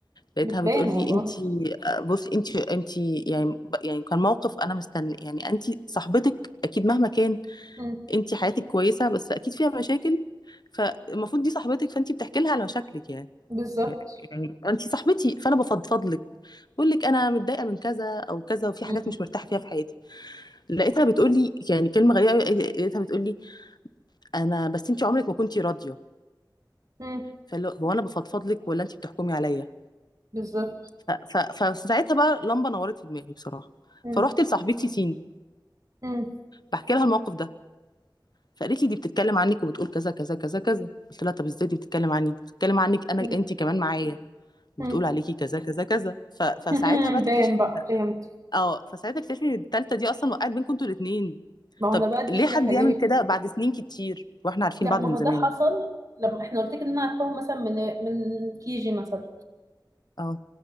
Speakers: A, on the left; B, on the right.
A: لقيتها
B: بتبان
A: بتقول
B: والله
A: لي انتي آه، بصي انتي انتي يعني يعني كان موقف انا مستني يعني انتي صاحبتك اكيد مهما كان
B: مم.
A: انت حياتك كويسه بس اكيد فيها مشاكل فالمفروض دي صاحبتك فانت بتحكي لها على مشاكلك يعني
B: بالظبط
A: يعني انت صاحبتي فانا بفضفض لك بقول لك انا متضايقه من كذا او كذا وفي
B: مم.
A: حاجات مش مرتاحه فيها في حياتي لقيتها بتقول لي يعني كلمه غريبه أوي، لقيتها بتقول لي انا بس انت عمرك ما كنتي راضيه
B: مم.
A: فاللي هو هو انا بفضفض لك ولا انت بتحكمي عليا
B: بالظبط
A: ف- ف- فساعتها بقى لمبه نورت في دماغي بصراحه
B: مم.
A: فروحت لصاحبتي سين
B: مم.
A: بحكي لها الموقف ده فقالت لي دي بتتكلم عنك وبتقول كذا كذا كذا كذا قلت لها طب ازاي دي بتتكلم عني دي بتتكلم عنك انا
B: مم.
A: انت كمان معايا وبتقول
B: مم.
A: عليكي كذا كذا كذا ف... فساعتها
B: <laughs>
A: بقى تكتشف
B: باين بقى
A: ان
B: فهمت
A: اه فساعتها تكتشف ان التالتة دي اصلا وقعت بينكم انتوا الاتنين
B: ما هو
A: طب
B: انا بقى
A: ليه
B: دي اللي
A: حد
B: بكلمك
A: يعمل كده
B: فيه
A: بعد سنين كتير واحنا عارفين
B: لا
A: بعض
B: ما
A: من
B: هو
A: زمان
B: ده حصل لما احنا قلت لك ان انا عرفتهم مثلا من من كيجي مثلا
A: اه